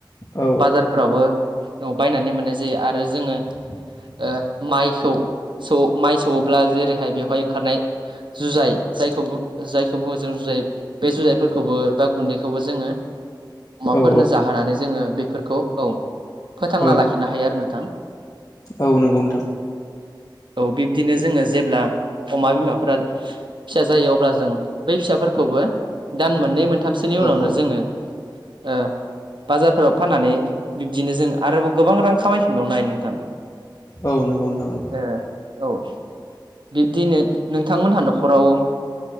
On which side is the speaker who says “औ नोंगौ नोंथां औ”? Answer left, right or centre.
Left